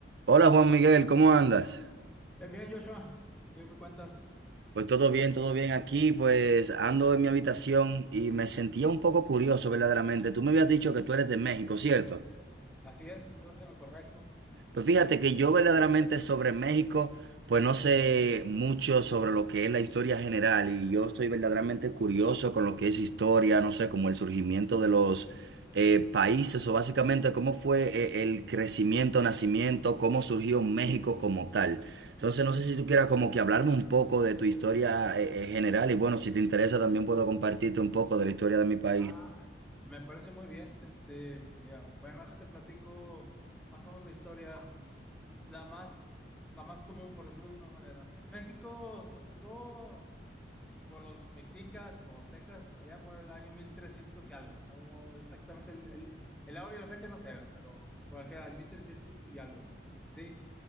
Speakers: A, on the right; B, in the centre.
A: Hola Juan Miguel, ¿cómo andas?
B: Bien, bien, Joshua, ¿qué me cuentas?
A: Pues todo bien, todo bien aquí, pues ando en mi habitación y me sentía un poco curioso verdaderamente. Tú me habías dicho que tú eres de México, ¿cierto?
B: Así es, estás en lo correcto.
A: Pues fíjate que yo verdaderamente sobre México, pues no sé mucho sobre lo que es la historia general y yo estoy verdaderamente curioso con lo que es historia, no sé, como el surgimiento de los eh, países o básicamente cómo fue eh, el crecimiento, nacimiento, cómo surgió México como tal. Entonces no sé si tú quieras como que hablarme un poco de tu historia eh, eh, general y bueno, si te interesa también puedo compartirte un poco de la historia de mi país.
B: Ah, me parece muy bien. Este, mira, bueno, déjate platico más o menos la historia, la más, la más común, por decirlo de alguna manera. México se fundó por los mexicas o aztecas, allá por el año 1300 y algo. No exactamente el, el, el hora y la fecha no se ve, pero por aquel año 1300 y algo. Sí,